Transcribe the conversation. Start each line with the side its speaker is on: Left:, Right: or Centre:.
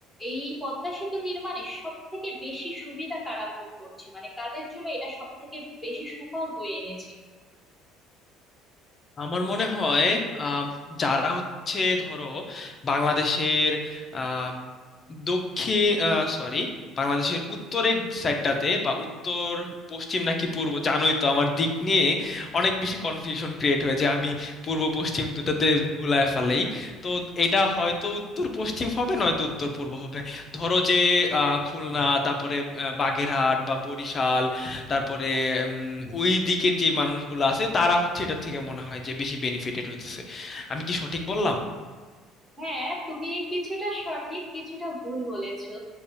Centre: এই পদ্মা সেতু নির্মাণে সব থেকে বেশি সুবিধা কারা ভোগ করছে মানে কাদের জন্য এটা সব থেকে বেশি সুফল বয়ে এনেছে
Left: আমার মনে হয় আম, যারা হচ্ছে ধরো বাংলাদেশের আহ, দক্ষিণ সরি বাংলাদেশের উত্তরের সাইডটাতে বা উত্তর পশ্চিম নাকি পূর্ব জানোই তো আমার দিক নিয়ে অনেক বেশি কনফিউশন ক্রিয়েট হয়েছে আমি পূর্ব পশ্চিম দুটাতে গুলায় ফেলেই তো এটা হয়তো উত্তর পশ্চিম হবে নয়তো উত্তর পূর্ব হবে ধরো যে আহ, খুলনা তারপরে আহ, বাগেরহাট বা বরিশাল তারপরে উম, ওই দিকের যে মানুষগুলো আছে তারা হচ্ছে এটা থেকে মনে হয় যে বেশি বেনিফিটেড হইতেছে আমি কি সঠিক বললাম
Centre: হ্যাঁ তুমি কিছুটা সঠিক কিছুটা ভুল বলেছো